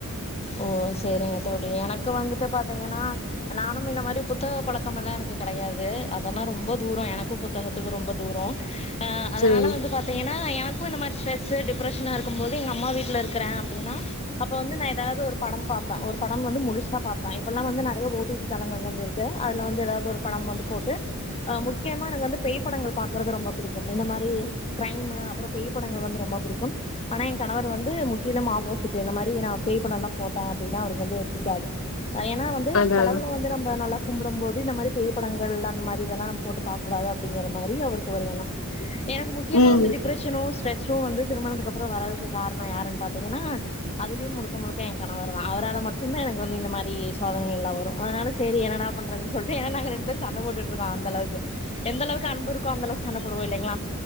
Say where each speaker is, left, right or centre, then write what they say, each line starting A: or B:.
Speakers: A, on the left (about 30°); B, on the left (about 65°).
A: ஓ சரிங்க தோழி எனக்கு வந்துட்டு பாத்தீங்கன்னா நானு இந்த மாதிரி புத்தக பழக்கமெல்லா எனக்கு கெடையாது அதெல்லா ரொம்ப தூரோ எனக்கு புத் தகத்துக்கு ரொம்ப தூரோ அ அதனால
B: ம்
A: வந்து பா த்திங்கனா எனக்கு இந்த மாரி ஸ்ட்ரெஸூ டிப்ரஷனா இருக்கும்போது எங்கம்மா வீட்ல இருக்கிறே அப்டினா அப்போ வந்து நா ஏதாவது ஒரு படம் பாப்பே ஒரு பட வந்து முழுசா பாப்பே இப்பல்லா வந்து நறய ஓட்டி ஓட்டி படங்கள் வந்து இருக்கு அதுல வந்து ஏதாவது ஒரு படம் வந்து போட்டு அ முக்கியமா எனக்கு வந்து பேய் படங்கள் பாக்குறது ரொம்ப பிடிக்கும் இந்த மாரி க்ரைம்மு அப்பறொ பேய் படங்கள் வந்து ரொம்ப புடிக்கும் ஆனா என் கணவர் வந்து முற்றிலும் ஆப்போசிட் இந்த மா ரி நா பேய் படல்லா போட்டே அப்டினா அவருக்கு வந்து பிடிக்காது ஏனா வந்து
B: அதா
A: கடவுள வந்து நம்ம நல்லா கும்புடும் போது இந்த மாதிரி பேய் படங்கள் அந்த மாதிரி இதெல்லா போட்டு பாக்கக்கூடாது அப்டிங்கிற மாரி அவருக்கு ஒரு எண்ணம் <inaudible> எனக்கு முக்கியமா
B: ம்
A: வந்து டிப்ரஷனோ ஸ்ட்ரெஸ்ஷோ வந்து திருமணத்துக்குப்பற வரதுக்கு காரண யாருனு பாத்தீங்கனா அதுலயு முழுக்க முழுக்க என் கணவர்தா அவரால மட்டுதா எனக்கு வந்து இந்த மாரி சோதனைகள்லா வரு அதனால சரி என்னடா பண்றதுன் சொல்ட்டு ஏ நாங்க ரெண்டு பேரு சண்ட போட்டுட்ருக்கோ அந்தளவுக்கு எந்தளவுக்கு அன்பு இருக்கோ அந்தளக்கு சண்ட போடுவோ இல்லைங்களா